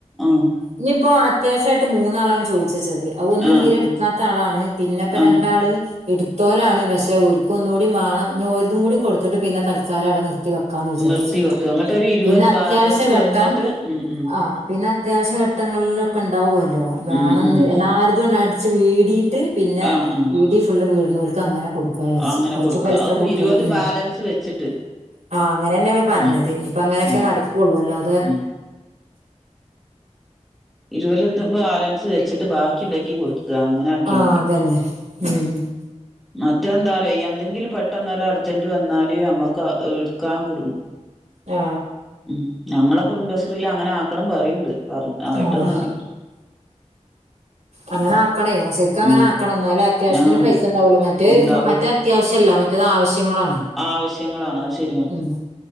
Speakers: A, in the centre; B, on the right (about 70°).
A: ആഹ്
B: ഇഞ് പ്പോ അത്യാശ്യമായിട്ട് മൂന്നാളാണ് ചോദിച്ച് വെച്ചത് അയ് ഒന്ന്
A: ആഹ്
B: തീരെ എടുക്കാത്ത
A: ആഹ്
B: ആളാണ് പിന്നെ ഇപ്പോ
A: ആഹ്
B: രണ്ടാ രണ്ടാള് ഇട്ത്തോലാണ് പക്ഷെ ഓല്ക്ക് ഒന്നൂടി കൂടി വാണം ഇഞ്ജ് ഒൽതും കൂടി കൊടുത്തിട്ട് പിന്നെ തൽക്കാലം അവിടെ നിർത്തി വെക്കും ന്ന വിചാരിച്ച
A: നിർത്തി വെക്ക അങ്ങട്ട് ഒരു ഇരുപത്
B: പിന്നെ അത്യാവശ്യഘട്ടം
A: ബാലൻസ് വന്നിട്ട് ഉം ഉം
B: ആ പിന്നെ. അത്യാവശ്യ ഘട്ടങ്ങളിലൊക്കെ ണ്ടാവുമല്ലോ വേണെന്ന്
A: ഉം ഉം
B: എല്ലാവരതും കൊണ്ട് അടിച്ച് വീടിയിട്ട്. പിന്നെ
A: ആഹ് ആഹ്
B: വീടി ഫുള് വീട്നോൽക്ക് അങ്ങനെ <unintelligible>
A: അങ്ങനെ
B: കൊറച്ച്
A: കൊടുക്ക
B: പൈസ
A: അത്
B: ബുക്കിലും
A: ഇരുപത്
B: ഉം
A: ബാലൻസ് വെച്ചിട്ട്
B: ആ അങ്ങനെന്നെ ഇപ്പ പറഞ്ഞത്
A: ആഹ്
B: ഇനിയിപ്പ അങ്ങനെയൊക്കെ
A: ഉം
B: നടക്കുവുള്ളൂ അല്ലാതെ.
A: ഉം <unintelligible> ബാലൻസ് വെച്ചിട്ട് ബാക്കി ഇണ്ടങ്കി കൊടുക്ക അങ്ങനെ ആക്കിയാ
B: ആഹ്
A: മതി
B: അതന്നെ
A: ഉ
B: ഉം
A: മറ്റെന്താ അറിയോ എന്തെങ്കിലും പെട്ടെന്നൊരു അർജന്റ് വന്നാല് നമ്മക്ക് എടുക്കാൻ കുടുങ്ങും.
B: ആ
A: ഉം ഞങ്ങളെ കുടുംബശ്രീൽ അങ്ങനെ ആക്കണം പറയ്ണ്ട് പറ ആയിട്ടൊന്നും
B: ആഹ്
A: ഇല്ല.
B: അങ്ങനെ ആക്കണേ അത്ശരി. അങ്ങനെ
A: ഉം
B: ആക്കണം എന്നാലും അത്യാവശ്യത്തിന്
A: ആഹ്
B: പൈസ ഇണ്ടാവൊള്ളു മറ്റേ
A: ഉണ്ടാവുള്ളു
B: മറ്റേത് അത്യാവശ്യമല്ല മറ്റേത് ആവശ്യങ്ങളാണ്.
A: ആവശ്യങ്ങളാണ് അത് ശരിയാ
B: ഉം